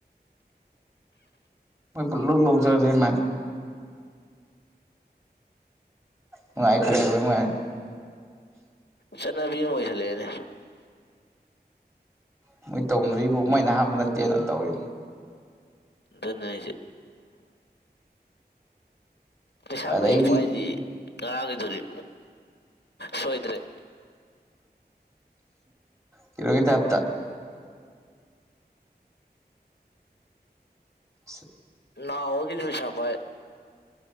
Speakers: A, on the right; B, on the left.
A: ꯃꯣꯏ ꯄꯨꯂꯧ ꯂꯧꯖꯔ ꯖꯅꯤ ꯃꯥꯏ ꯃꯅꯨꯡꯉꯥꯏ ꯈꯂꯦ ꯃꯣꯏꯅꯨꯡꯉꯥꯏ
B: ꯆꯠꯅꯕꯤ ꯑꯃ ꯑꯣꯏꯁꯜꯂꯛꯑꯦꯅꯦ
A: ꯎꯝ ꯃꯣꯏ ꯇꯧꯅꯔꯤꯕꯕꯕꯨ ꯃꯣꯏ ꯑꯍꯥꯟꯕ ꯅꯠꯇꯦꯅ ꯇꯧꯏ
B: ꯑꯗꯨꯣꯅꯦ ꯄꯩꯁꯥꯒ
A: ꯑꯗꯩꯗꯤ
B: ꯀꯩꯁꯨ ꯄꯥꯏꯗꯤ ꯀꯒꯗꯗꯤ ꯁꯣꯣꯏꯗ꯭ꯔꯦ
A: ꯀꯔꯣꯒꯤꯗ ꯍꯥꯞ ꯁ
B: ꯅꯅꯥ ꯍꯣꯗ꯭ꯤ ꯆꯥꯄ